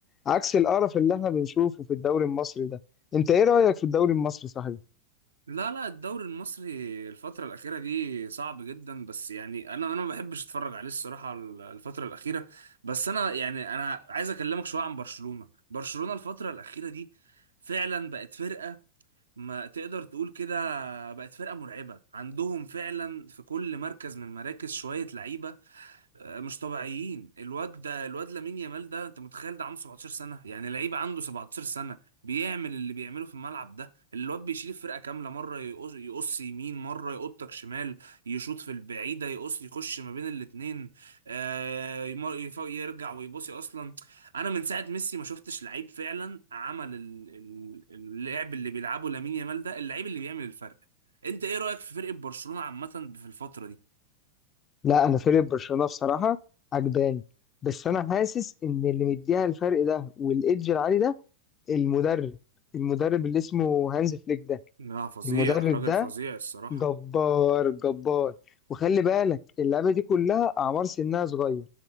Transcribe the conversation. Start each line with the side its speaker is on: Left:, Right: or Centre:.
Left: عكس القرف اللي احنا بنشوفه في الدوري المصري ده انت ايه رأيك في الدوري المصري صحيح
Right: لا لا الدوري المصري الفترة الأخيرة دي صعب جدا بس يعني أنا أنا ما بحبش أتفرج عليه الصراحة ال- الفترة الأخيرة بس أنا يعني أنا عايز أكلمك شوية عن برشلونة برشلونة الفترة الأخيرة دي فعلا بقت فرقة ما تقدر تقول كده بقت فرقة مرعبة عندهم فعلا في كل مركز من مراكز شوية لعيبة آه، مش طبيعيين الواد ده الواد لامين يامال ده انت متخيل ده عنده 17 سنه يعني لعيب عنده 17 سنه بيعمل اللي بيعمله في الملعب ده الواد بيشيل الفرقه كامله مره يقص يقص يمين مره يقطك شمال يشوط في البعيده يقص يخش ما بين الاتنين آه يم- يف- يرجع ويباصي اصلا انا من ساعه ميسي ما شفتش لعيب فعلا عمل ال- ال- اللعب اللي بيلعبه لامين يامال ده اللعيب اللي بيعمل الفرق انت ايه رايك في فرقه برشلونه عامه في الفتره دي
Left: لا انا فريق برشلونة بصراحة عجباني بس انا حاسس ان اللي مديها الفرق ده والايدج العالي ده المدرب المدرب اللي اسمه هانز فليك ده
Right: لا فظيع
Left: المدرب
Right: راجل
Left: ده
Right: فظيع الصراحة
Left: جبار جبار وخلي بالك اللعبة دي كلها أعمار سنها صغير